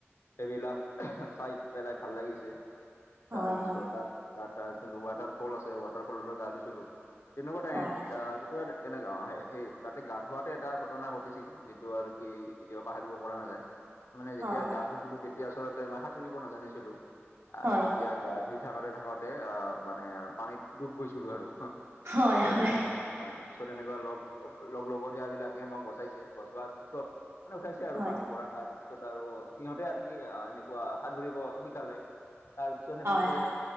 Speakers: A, on the left; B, on the right.
A: সবিলাক চাই পেলাই ভাল লাগিছে। তাৰপিছত
B: হয় হয়
A: তাত তাত তাত যোনটো ৱাটাৰ ফল আছে, ৱাটাৰ ফললৈ গা ধুছিলো। তেনেকুৱা এটা
B: হয়
A: এনটি অ তেনেকুৱা ত। তেনেকুৱা অ' সে সেই তাতে গা ধোৱাতে এটা ঘটনা ঘটিছিল, যিটো আৰু কি কেতিয়াবা পাহৰিব পৰা নাযায়। মানে যেতিয়া
B: হয়
A: গা ধুইছিলো তেতিয়া আচলতে মই সাঁতুৰিব নাজানিছিলো। আৰু
B: হয়
A: তেতিয়া
B: হয়
A: গা ধুই থাকোতে থাকোতে অ মানে আৰু পানীত ডুব গৈছিলো আৰু
B: হয়
A: পিছত
B: হয়
A: সেনেকে হয় পিছত এনেকুৱা লগ লগ লগৰিয়া বিলাকে মোক বচাইছে, বচোৱাৰ পিছত মানে উঠাইছে আৰু
B: হয়
A: পানীৰ পৰা। তাৰ তাৰপিছত আৰু সিহঁতে আৰু কি এনেকুৱা সাতুৰিব শিকালে। তাৰ পিছত সেনেকে
B: হয় হয়।